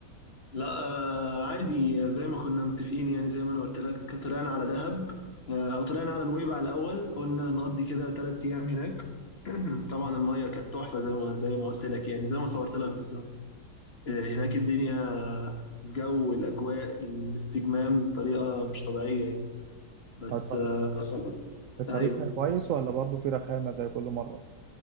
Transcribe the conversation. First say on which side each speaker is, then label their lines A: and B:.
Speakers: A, on the left; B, on the right.
A: لا آه عادي زي ما كنا متفقين يعني زي ما أنا قلت لك طلعنا على دهب آه أو طلعنا على نويبع الأول قلنا نقضي كده تلات أيام هناك <clears throat> طبعا المية كانت تحفة زي ما زي ما قلت لك يعني زي ما صورت لك بالظبط آه هناك الدنيا الجو الأجواء الاستجمام بطريقة مش طبيعية يعني بس
B: الط-
A: آه
B: الطريق
A: أيوه
B: كان كويس ولا برضه في رخامة زي كل مرة؟